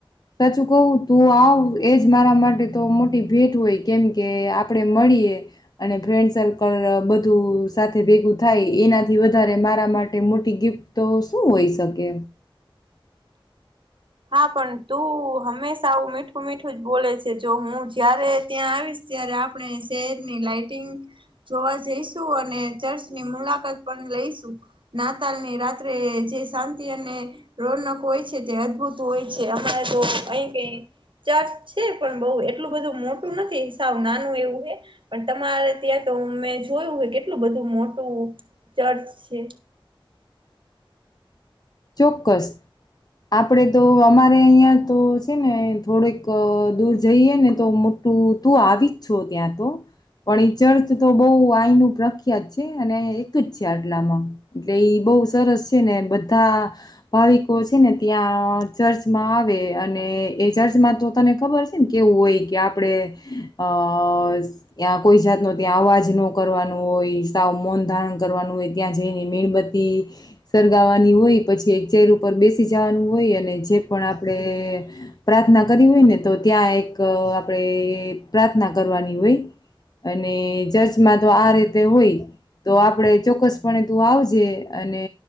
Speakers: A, on the left; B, on the right.
A: સાચું કવું તું આવ એજ મારા માટે તો મોટી ભેટ હોય કેમ કે આપે મળી અને ફન્ડ સર્કલ બધું સાથે ભેગું થાય એનાથી વધારે મારા માટે મોટી ગિફ્ટ તો શું હોય શકે
B: હા પણ તું હંમેશા આવું મીઠું મીઠું જ બોલે છે જો હું જયારે ત્યાં આવીશ ત્યારે આપણે શહેરની લાઈટિંગ જોવા જઈશું અને ચર્ચની મુલાકાત પણ લઈશું નાતાલની રાત્રે જે શાંતિ અને રોનક હોય છે તે અદભુત હોય છે અમારે તો અહી કઈ ચર્ચ છે પણ બઉ એટલું બધું મોટું નથી સાબ નાનું એવું હ પણ તમારે ત્યાં તો મેં જોયું હ કેટલું બધું મોટું ચર્ચ છે
A: ચોક્કસ આપડે તો અમારે અહિયાં તો છે ને થોડેક દૂર જઈએ ને તો મોટું તું આવી જ છો ત્યાં તો પણ એ ચર્ચ તો બહ આહી ન પ્રખ્યાત છે અને એક જ છે આટલામાં એટલે બ બહુ સરસ છે ને બધ બધા ભાવિકો છે ને ત્યાં ચર્ચમાં આવે અને એ ચર્ચમાં તો તને ખબર છે ને કેવું હોય કે આપણે અ ત્યા કોઈ જાત ન ત્યાં અવાજ ન કરવાનું હોય સાવ મૌન ધારણ કરવાનું હોય ત્યાં જઈને મીણબત્તી સરગાવાનું હોય પછી એક ચેર ઉપર બેસી જવાનું હોય અને જે પણ આપણે પ્રાર્થના કરી હોય ને તો ત્યાં એક આપણે પ્રાર્થના કરવાની હોય અને ચર્ચમાં તો આ રીતે હોય તો આપડે ચોક્કસ પણે તું આવજે અને